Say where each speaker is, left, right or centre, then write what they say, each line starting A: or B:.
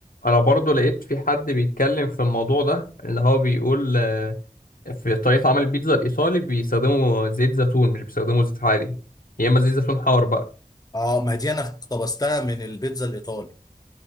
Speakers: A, on the left; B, on the left.
A: انا برضو لقيت في حد بيتكلم في الموضوع ده اللي هو بيقول آه، في طريقه عمل البيتزا الايطالي بيستخدموا زيت زيتون مش بيستخدموا زيت عادي يا اما زيت زيتون حار بقى
B: اه ما دي انا اقتبستها من البيتزا الايطالي